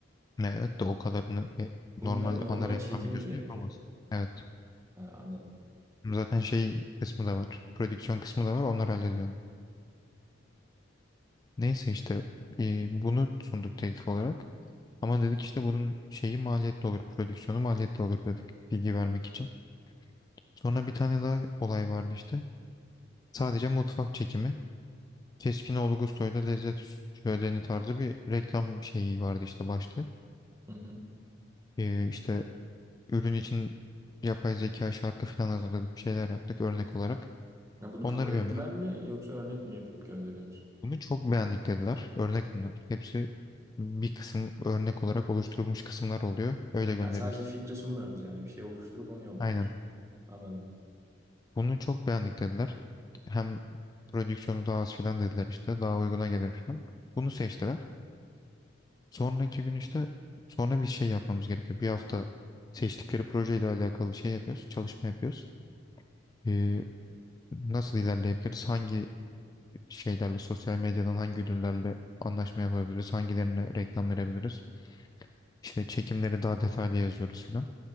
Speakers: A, on the left; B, on the right.
A: ne, evet de o kadarını e,
B: Bunda
A: normal
B: normal
A: ana reklam
B: çekim
A: videosunu
B: mi gerekiyor?
A: yapamazsın. Evet.
B: Ha, anladım.
A: Zaten şey kısmı da var. Prodüksiyon kısmı da var. Onlar hallediyor. onu. Neyse işte e, bunu sunduk teklif olarak. Ama dedik işte bunun şeyi maliyetli olur, prodüksiyonu maliyetli olur dedik bilgi vermek için. Sonra bir tane daha olay vardı işte. Sadece mutfak çekimi. Keskinoğlu Gustoy'da lezzet şöleni tarzı bir reklam şeyi vardı işte başlığı.
B: Hı hı.
A: Ee, işte ürün için yapay zeka şarkı falan hazırladık, bir şeyler yaptık örnek olarak.
B: Ya bunu
A: Onları
B: kabul
A: gönderdik.
B: ettiler mi yoksa örnek mi yapıp gönderiyorsunuz?
A: Bunu çok beğendik dediler. Örnek bunlar. Hepsi bir kısım örnek olarak oluşturulmuş kısımlar oluyor. Öyle gönderiyoruz.
B: Ha, sadece fikri sunmuyorsunuz yani bir şey oluşturup onu yolluyorsunuz.
A: Aynen.
B: Anladım.
A: Bunu çok beğendik dediler. Hem prodüksiyonu daha az filan dediler işte. Daha uyguna gelir filan. Bunu seçtiler. Sonraki gün işte sonra bir şey yapmamız gerekiyor. Bir hafta seçtikleri projeyle alakalı şey yapıyoruz. Çalışma yapıyoruz. Ee, nasıl ilerleyebiliriz? Hangi şeylerle sosyal medyadan hangi ürünlerle anlaşma yapabiliriz? Hangilerine reklam verebiliriz? İşte çekimleri daha detaylı yazıyoruz filan.